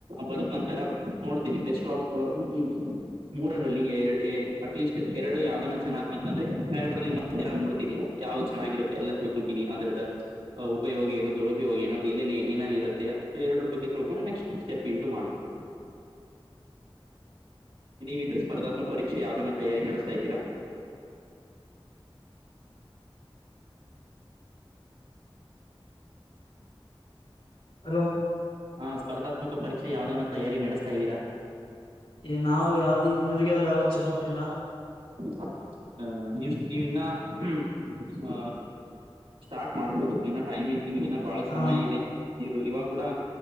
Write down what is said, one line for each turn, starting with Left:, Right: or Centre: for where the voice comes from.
Right: ಬರದ ನಂತರ ನೋಡ್ತೀನಿ ಬೆಸ್ಟ್ ಆಫ್ <inaudible> ಮೂರರಲ್ಲಿ ಏರ್ ಅಟ್ಲೀಸ್ಟ್ ಎರಡು ಯಾವ್ದನ್ನ ಚೆನ್ನಾಗಿಕ್ ಬಂತಂದ್ರೆ ಎರಡರಲ್ಲಿ ಮತ್ತೆ ನಾನ್ ನೋಡ್ ಯಾವ್ದ ಚೆನ್ನಾಗಿರುತ್ತೆ ಎಲ್ಲ ತಿಳ್ಕೊಂತೀನಿ ಅದ್ರದ ಆ ಉಪಯೋಗ ಏನು ದುರುಉಪಯೋಗ ಏನು ಎಲ್ಲಲ್ಲಿ ಏನನು ಇರುತ್ತೆ ಎರಡು ಬಗ್ಗೆ ತಿಳ್ಕೊಂಡು ನೆಕ್ಸ್ಟ್ ಸ್ಟೆಪ್ ಇಂಟು ಮಾಡ್ತಿವ್
Left: <inaudible>
Right: ನೀವೇನ್ರಿ ಸ್ಪರ್ಧಾತ್ಕ ಪರೀಕ್ಷೆ ಯಾವದನ್ನ ತಯಾರಿ ನಡಿಸ್ತಾ ಇದಿರ
Left: ಹಲೊ
Right: ಹಾ ಸ್ಪರ್ಧಾತ್ಮಕ ಪರೀಕ್ಷೆ ಯಾವ್ದಾನಂತ ತಯಾರಿ ನಡೆಸ್ತಾ ಇದೀರಾ
Left: ಎ ನಾವು ಯಾವ್ದ್ ಇನ್ನಗ ಆದ್ರೆ ಯಾವ್ದ್ ಚಲೋ ಮಾಡಿಲ್ವಾ
Right: ಹ ಅ ನೀವ್ ನೀವಿ ಇನ್ನ ಹ್ಮ್ ಆ ಸ್ಟಾರ್ಟ್ ಮಾಡ್ಬೋದು ಇನ್ನ ಟೈಮ್ ಇ ನಿಮಗ ಇನ್ನ ಬಹಳ
Left: ಹಾ
Right: ಸಮಯ ಇದೆ ನೀವು ಇವಾಗ ಕೂಡ